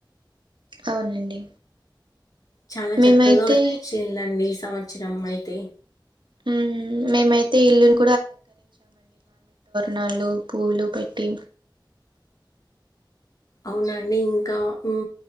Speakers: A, on the right (about 75°); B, on the left (about 45°).
A: అవునండి
B: చాలా
A: మేమైతే
B: చక్కగా వచ్చిందండి ఈ సంవత్సరం అయితే
A: హ్మ్. మేమైతే ఇల్లుని నాలు పూలు పెట్టి
B: అవునండి ఇంకా ఉం